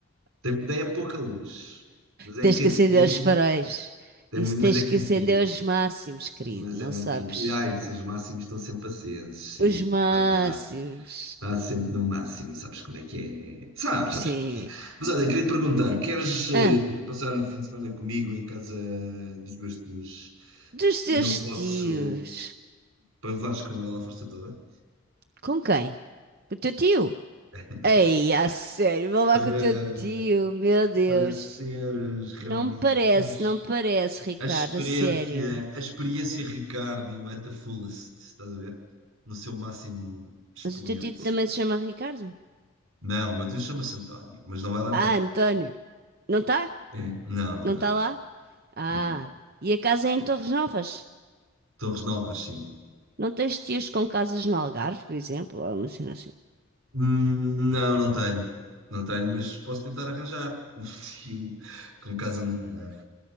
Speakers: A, on the right (about 85°); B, on the right (about 45°).
A: Tem, tem é pouca luz, mas é
B: Tens
A: quentinho.
B: que acender os faróis.
A: Tem
B: Isso
A: muito,
B: tens
A: mas é quentinho.
B: que acender os máximos, querido,
A: Mas
B: não
A: é muito
B: sabes?
A: quente. E, Ai, se os máximos estão sempre acesos, sempre.
B: Os máximos.
A: Vai dar. Há sempre no máximo, sabes como é que é? Sabes,
B: Sim.
A: sabes. Mas olha, queria te perguntar: queres eh,
B: Ah,
A: passar o fim de semana comigo em casa dos meus tios?
B: dos teus
A: E eu posso.
B: tios.
A: para levares com ele à força toda?
B: Com quem? Com o teu tio?
A: <laughs>
B: Ei, a sério, vou lá
A: para,
B: com o teu tio, meu Deus.
A: para seres realmente,
B: Não me parece,
A: teres
B: não me parece, Ricardo,
A: a experiência,
B: a sério.
A: a experiência Ricardo at the fullest, estás a ver? No seu máximo expoente.
B: Mas o teu tio também se chama Ricardo?
A: Não, o meu tio chama-se António, mas não vai lá
B: Ah,
A: estar.
B: António. Não está?
A: É, Não, não
B: Não
A: está.
B: está lá? Ah,
A: Não.
B: e a casa é em Torres Novas?
A: Torres Novas, sim.
B: Não tens tios com casas no Algarve, por exemplo? Ou uma cena assim.
A: Hum, Não, não tenho. Não tenho, mas posso tentar arranjar um <laughs> tio com casa no Algarve.